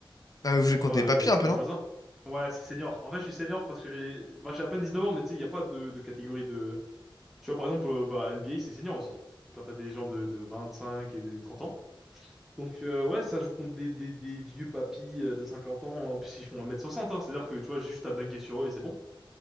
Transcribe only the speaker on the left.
Ah, ouais, vous voulez
compter
les papiers
un
peu, non?